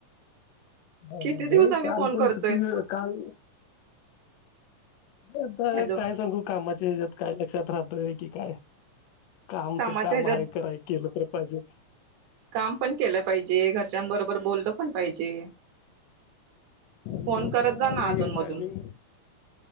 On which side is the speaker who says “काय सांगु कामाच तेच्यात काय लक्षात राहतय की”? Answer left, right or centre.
Left